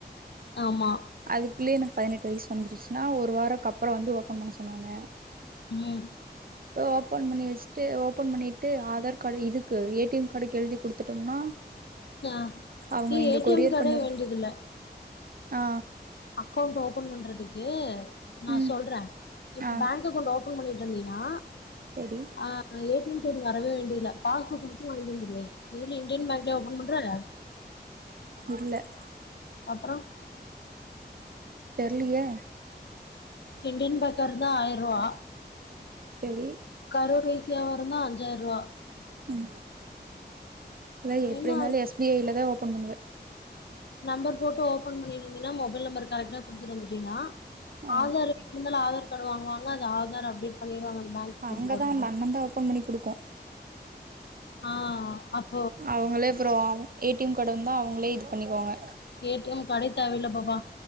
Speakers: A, on the left; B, on the right.
A: ஆமா
B: அதுக்குள்ளயே எனக்கு பதினெட்டு வயசு வந்துருச்சுன்னா ஒரு வாரம்க்கப்பறோ வந்து ஓபன் பண்ண சொன்னாங்க
A: ம்
B: இப்போ ஓப்பன் பண்ணி வச்சுட்டு ஓப்பன் பண்ணிட்டு ஆதார் கார்டு இதுக்கு ஏடிஎம் கார்டுக்கு எழுதி குடுத்துட்டோம்னா
A: ஆ
B: அவ்ங்க
A: ஏ
B: இங்க
A: டி
B: கொரியர்
A: எம் கார்டே
B: பண்ணிர்
A: வேண்டியதில்ல
B: ஆ
A: அக்கவுண்ட் ஓபன் பண்றதுக்கு நான்
B: ம்
A: சொல்றேன் இப்ப
B: ஆ
A: பேங்க் இங்க அக்கவுண்ட் ஓபன் பண்ணிட்டு இருந்தீன்னா
B: சேரி
A: ஆ ஏ டி எம் வரவே வேண்டியதில்ல பாஸ்புக்கு மட்டும் வாங்கிட்டு வந்துருவே இதுல இந்தியன் பேங் இதுலயா ஓபன் பண்றாரு
B: இல்ல
A: அப்பறோ
B: தெர்லியே
A: செங்கன் பேக்கர் இருந்தா ஆய்ர ரூவா
B: செரி
A: கரூர் வைசியாவா இருந்தா அஞ்சாய்ர ரூவா
B: ம் இல்ல எப்டி
A: என்ன
B: இருந்தாலும் எஸ் பி ஐ ல தான் ஓபன் பண்ணுவ
A: நம்பர் போட்டு ஓபன் பண்ணிட்ருந்தீன்னா மொபைல் நம்பரு கரெட்டா குடுத்துட்டு வந்துட்டீங்கன்னா
B: ஆ
A: ஆதாரு இரு இருந்தாலும் ஆதார் கார்டு வாங்குவாங்க அது ஆதார் அப்டேட் பண்ணிருவாங்க அந்த பேங்க் அக்கௌண்ட்
B: அங்கதான்
A: போட்டு
B: நம்ம அண்ணந்தா ஓபன் பண்ணி குடுக்கு
A: ஆ அப்
B: அவுங்களே அப்புறோ ஏ டி எம் கார்டு வந்தா அவ்ங்களே இது பண்ணக்குவாங்க
A: ஏ டி எம் காடே தேவ இல்ல பாப்பா